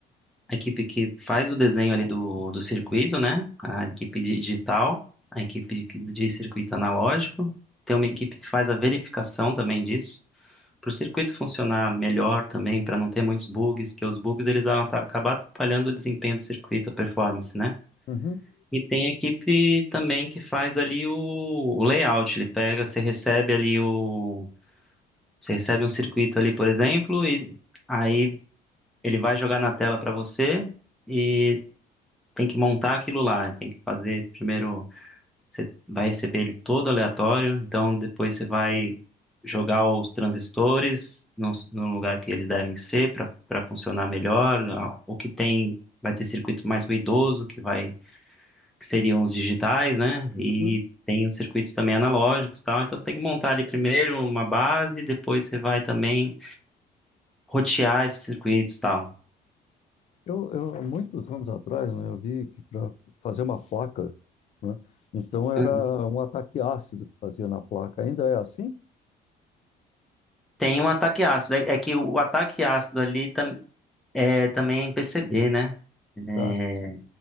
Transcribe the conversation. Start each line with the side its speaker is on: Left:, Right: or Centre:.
Centre: a equipe que faz o desenho ali do, do circuito, né? A equipe de digital, a equipe de de circuito analógico. Tem uma equipe que faz a verificação também disso. para o circuito funcionar melhor também, para não ter muitos bugs, porque os bugs eles vão ata- acabar atrapalhando o desempenho do circuito, a performance, né?
Left: uhum,
Centre: E tem a equipe também que faz ali o, o layout, ele pega, você recebe ali o, você recebe um circuito ali, por exemplo, e aí ele vai jogar na tela para você e tem que montar aquilo lá, tem que fazer primeiro você vai receber ele todo aleatório, então depois você vai jogar os transistores no, no lugar que eles devem ser para para funcionar melhor. Ah, O que tem vai ter circuito mais ruidoso, que vai que seriam os digitais, né? E
Left: uhum.
Centre: tem os circuitos também analógicos, e tal. Então você tem que montar ali primeiro uma base, depois você vai também rotear esses circuitos, e tal.
Left: Eu, eu há muitos anos atrás, né, eu vi que para fazer uma placa, né, então era
Centre: Uhum.
Left: um ataque ácido que fazia na placa. Ainda é assim?
Centre: Tem um ataque ácido. É, é que o ataque ácido ali tam, é, também é em PCB, né? É,
Left: Tá.